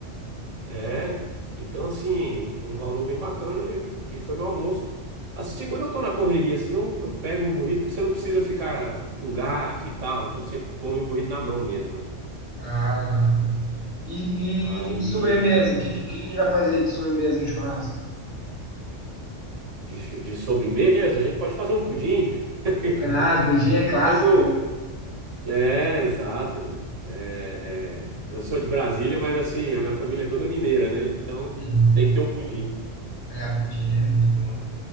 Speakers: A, on the right; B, on the left.
A: É. Então, assim, um valor bem bacana e, e foi meu almoço. Assim, quando eu tô na correria, assim, eu, eu pego um burrito, porque você não precisa ficar com garfo e tal. Então você come o burrito na mão mesmo, né?
B: Ah, legal. E,
A: Aí,
B: e de sobremesa, o que, que, que a gente vai fazer de sobremesa no churrasco?
A: de, de sobremesa, a gente pode fazer um pudim. <laughs>
B: Ah, pudim é clássico,
A: Como,
B: né?
A: É, exato. É, é. Eu sou de Brasília, mas assim, a minha família é toda mineira, né? Então
B: Uhum.
A: tem que ter um pudim.
B: É, pudim é muito bom, né?